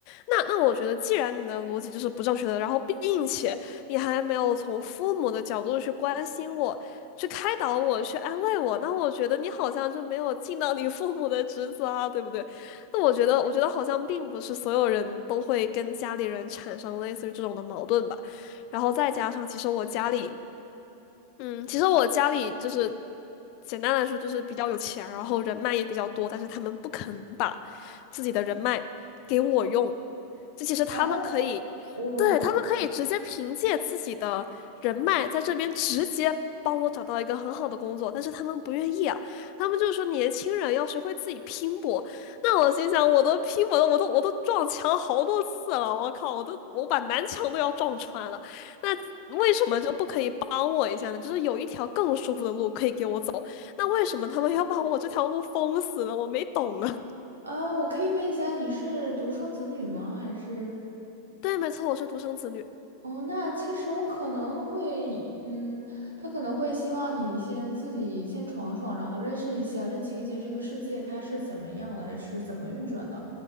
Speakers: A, on the left; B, on the right.
A: 那那我觉得，既然你的逻辑就是不正确的，然后并且你还没有从父母的角度去关心我。去开导我，去安慰我，那我觉得你好像就没有尽到你父母的职责啊，对不对？那我觉得，我觉得好像并不是所有人都会跟家里人产生类似于这种的矛盾吧。然后再加上，其实我家里，嗯，其实我家里就是简单来说就是比较有钱，然后人脉也比较多，但是他们不肯把自己的人脉给我用，就其实他们可以，
B: 反正我，
A: 对，他们可以直接凭借自己的人脉在这边直接帮我找到一个很好的工作，但是他们不愿意啊，他们就是说年轻人要学会自己拼搏。那我心想，我都拼搏了，我都我都撞墙好多次了，我靠，我都我把南墙都要撞穿了，那。为什么就不可以帮我一下呢？就是有一条更舒服的路可以给我走，那为什么他们要把我这条路封死呢？我没懂啊。
B: 呃，我可以问一下，你是独生子女吗？还是？
A: 对，没错，我是独生子女。
B: 哦，那其实我可能会，嗯，他可能会希望你先自己先闯闯，然后认识一下、认清一下这个世界它是怎么样的，是怎么运转的，